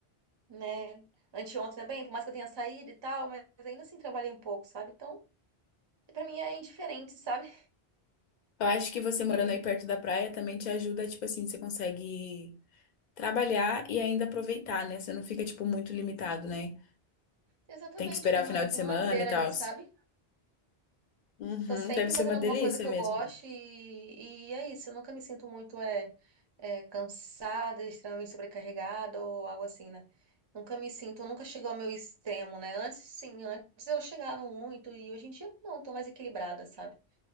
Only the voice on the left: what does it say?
Eu acho que
você morando aí perto da praia também te ajuda, tipo assim, você consegue trabalhar e ainda aproveitar, né? Você não fica, tipo, muito limitado, né?
Tem que esperar
o final
de
semana
e tal.
Uhum,
deve ser
uma
delícia
mesmo.